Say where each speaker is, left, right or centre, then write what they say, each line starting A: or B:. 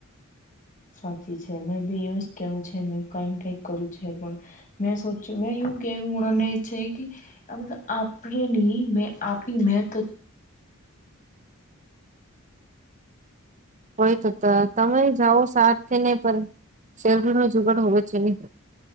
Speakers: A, on the left (about 40°); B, on the right (about 35°).
A: સાચી છે મે બી એ કેવું છે મે કઈને કઈક કરું છે પણ <inaudible> આ બધી આપણે નહી મેં આપી મેં તો
B: હોય તો તમે જાઓ સાથે નહી પણ સેલરી નો જુગાડ હોવે છે નહી